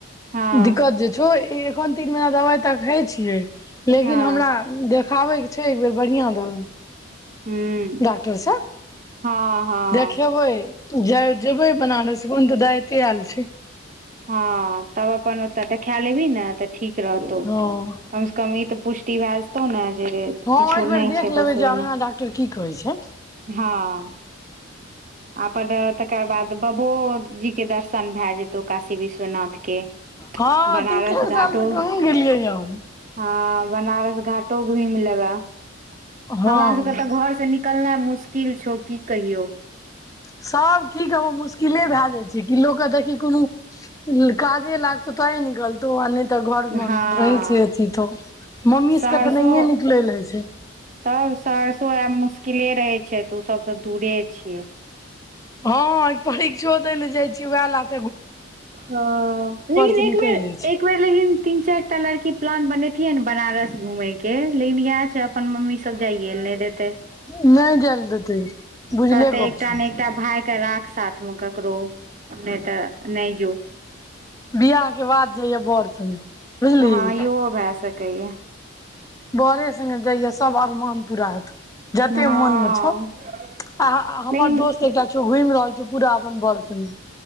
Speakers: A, on the right; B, on the left.
A: हँ
B: दिक्कत जे छौ खन तीन महना दवाइ तऽ खााय छियै लेकिन
A: हँ
B: हमरा खाबै के छै एक बेेर बढ़िआं दह
A: हुं
B: डाक्टरसँ
A: हँ हँ
B: देखेबै जा जेबै बनारस कोन तऽ दिते आयल छै
A: हँ तब अपन ओतऽ देखाए लेबही ने तऽ ठीक रहतौ
B: हँ
A: कमसँ कम ई तऽ पुष्टिभास तौ ने जे
B: हँ
A: किछो
B: एक बेर
A: नहि
B: देख
A: छै
B: लेबै
A: बस
B: जे
A: ओहिना
B: आगा डॉक्टर की कहै छै
A: हँ आ पर तकर बाद बाबो जीके दर्शन भए जेतौ काशी विश्वनाथके
B: हँ
A: के बनारस
B: तीन चारि
A: घाटो
B: साल से
A: हँ
B: कहाँ गेलियै य हम
A: बनारस घाटो घुम लेब हमरा
B: हँ
A: सब के त घर से न निकलनाइ मुश्किल छौ की कहियौ
B: सभ की कहब मुश्किले भए जाइ छै कि लोककेँ देखी कोनो काजे लागत तैं निकलतौ तऽ घर मे
A: हँ
B: रहै छै अथी तो मम्मी
A: सहरसो
B: सब के तऽ नहिये निकलल हइ छै
A: तब सहरसो आयब मुश्किले रहै छै तूं सब तऽ दूरे छियै
B: हँ परीक्षो दै लेल जाइ छियै वएह ल
A: ह लेकिन
B: से
A: एक
B: निकलि
A: बेर
B: जाइ छै
A: एक बेर लेकिन तीन चार टा लड़की प्लान बनेत बनारस घूमे के लेकिन यैह छै अपन मम्मी सब जाइएल नहि देते
B: नहि जाय लए देतै बुझले
A: कहते
B: गप
A: एकटा
B: छौ
A: ने एकटा भाय के राख साथ मे ककरो नहि तऽ नहि जो
B: बिआह के बाद जहियें बर संगे बुझलिही
A: हँ यो भए सकैयै
B: बर संगे जाइय हैं सब आरमान पूरा हेतौ जते
A: हँ
B: मन मे छौ आ हमर
A: लेकिन
B: दोस्त एकटा छौ घुमि रहल छौ पूरा अपन बर संगे